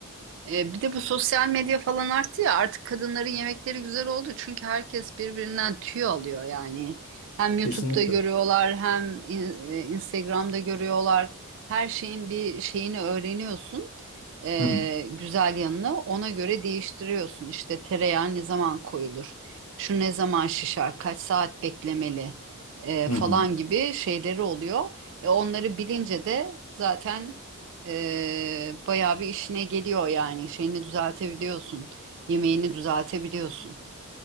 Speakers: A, on the right; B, on the left.
A: E, bir de bu sosyal medya falan arttı ya artık kadınların yemekleri güzel oldu çünkü herkes birbirinden tüy alıyor yani. Hem YouTube'da
B: kesinlikle.
A: görüyorlar hem in- e, Instagram'da görüyorlar. Her şeyin bir şeyini öğreniyorsun. E,
B: Hı hı.
A: güzel yanını ona göre değiştiriyorsun. İşte tereyağı ne zaman koyulur? Şu ne zaman şişer? Kaç saat beklemeli? E,
B: Hı
A: falan
B: hı.
A: gibi şeyleri oluyor. E, onları bilince de zaten ee, bayağı bir işine geliyor yani. Şeyini düzeltebiliyorsun. Yemeğini düzeltebiliyorsun.